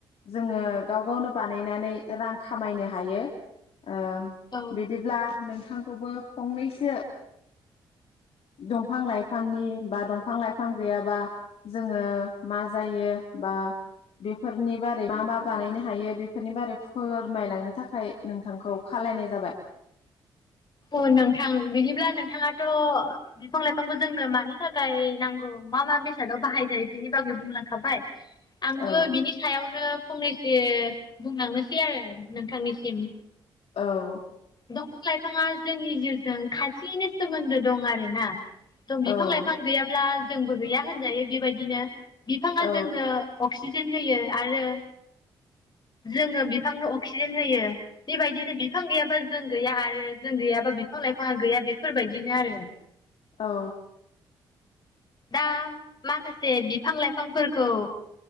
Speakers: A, on the left; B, on the left.
A: जोङो गाव गावनो बानायनानै रां खामायनो हायो। ओम
B: औ
A: बिदिब्ला नोंथांखौबो। फंनैसो दंफां लाइफांनि बा। दंफां लाइफां गैयाबा जोङो मा जायो बा बेफोरनि बारै मा मा बानायनो हायो। बेफोरनि बारै फोरमायनो। फैरमायलांनो थाखाय नोंथांखौ खावलायनाय जाबाय।
B: अ नोंथां बिदिब्ला नोंथाङाथ' बिफां लाइफांखौ जोंनो मानि थाखाय नांगौ मा मा बेसादाव बाहाय जायो बिनि बागै बुंलांखाबाय। आंबो
A: औ
B: बिनि सायावनो फंनैसो। जे बुंलांनोसै आरो नोंथांनिसिम‌
A: औ।
B: दंफां लाइफाङा जोंनि जिउजों खाथिनो सोमोन्दो दं आरोना। बिफां
A: औ
B: लाइफां गैयाब्ला। जोंबो गैया होनजायो बेबायदिनो। बिफाङा
A: औ
B: जोंनो अक्सिजेन। जेन होयो आरो। जोङो बिफांनो अक्सिजेन होयो बेबायदिनो बिफां गैयाबा जों गैया आरो जों गैयाबा बिफां लाइफाङा गैया बेफोरबायदिनो आरो
A: औ
B: दा माखासे बिफां लाइफांफोरखौ